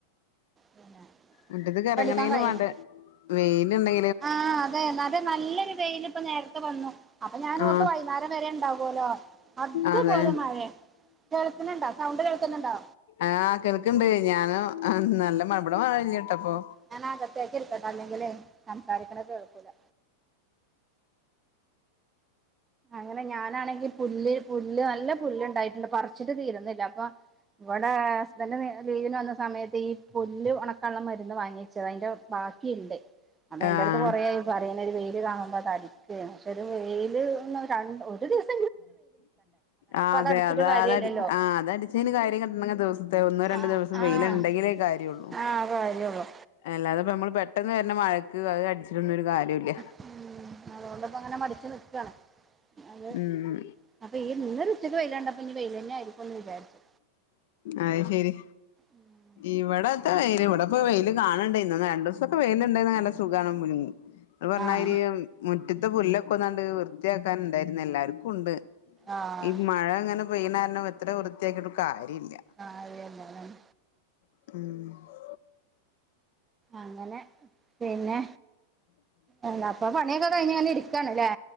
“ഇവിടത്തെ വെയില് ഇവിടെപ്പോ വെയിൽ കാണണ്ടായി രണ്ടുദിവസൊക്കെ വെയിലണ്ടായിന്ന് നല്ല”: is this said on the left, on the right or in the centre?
Left